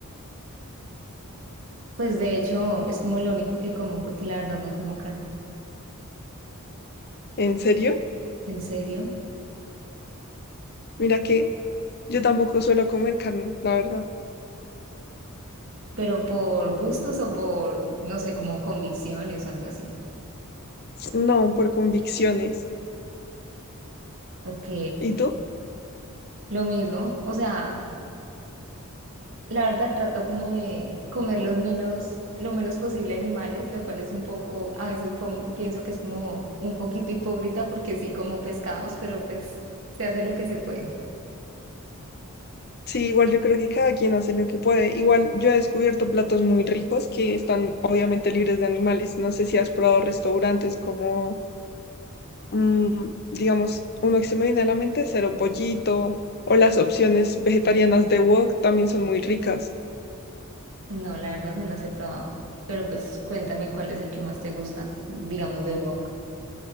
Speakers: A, on the right; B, on the left.
A: Pues de hecho es como lo único que como porque la verdad no como carne.
B: ¿En serio?
A: ¿En serio?
B: Mira que yo tampoco suelo comer carne, la verdad.
A: pero por gustos o por, no sé, como convicciones o algo así.
B: No, por convicciones.
A: Ok,
B: ¿Y tú?
A: lo mismo. O sea, la verdad trato como de comer los menos, lo menos posible animales, lo cual es un poco, a veces pon- pienso que es como un poquito hipócrita porque sí como pescados, pero pues se hace lo que se puede.
B: Sí, igual yo creo que cada quien hace lo que puede. Igual yo he descubierto platos muy ricos que están obviamente libres de animales. No sé si has probado restaurantes como, mm, digamos, uno que se me viene a la mente, Cero Pollito, o las opciones vegetarianas de Wok también son muy ricas.
A: No, la verdad no los he probado, pero pues cuéntame cuál es el que más te gusta, digamos de wok.